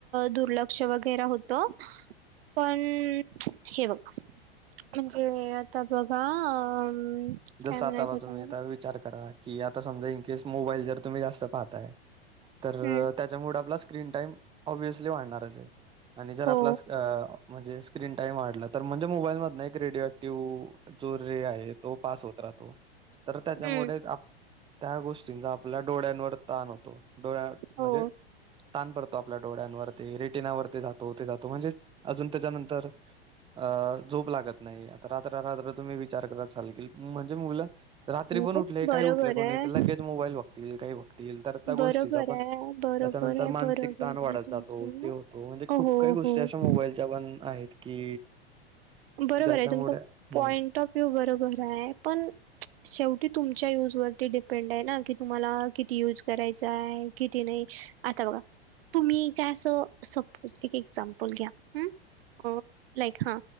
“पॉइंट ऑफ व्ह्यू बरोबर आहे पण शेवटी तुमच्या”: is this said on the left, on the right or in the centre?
Right